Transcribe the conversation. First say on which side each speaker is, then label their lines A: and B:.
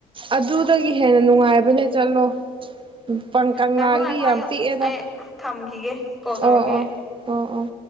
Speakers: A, on the right (about 30°); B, in the centre.
A: ꯑꯗꯨꯗꯒꯤ ꯍꯦꯟꯅ ꯅꯨꯡꯉꯥꯏꯕ ꯅꯦ ꯆꯠꯂꯣ ꯎ ꯀꯪ ꯀꯪꯂꯥꯒꯤꯗꯤ
B: ꯉꯥꯏꯈꯣ ꯉꯥꯏꯈꯣ
A: ꯌꯥꯝ
B: ꯑꯩ
A: ꯄꯤꯛꯑꯦꯗ
B: ꯑꯩ ꯊꯝꯈꯤꯒꯦ ꯀꯣꯜ ꯇꯧꯔꯛꯀꯦ
A: ꯑꯣ ꯑꯣ ꯑꯣ ꯑꯣ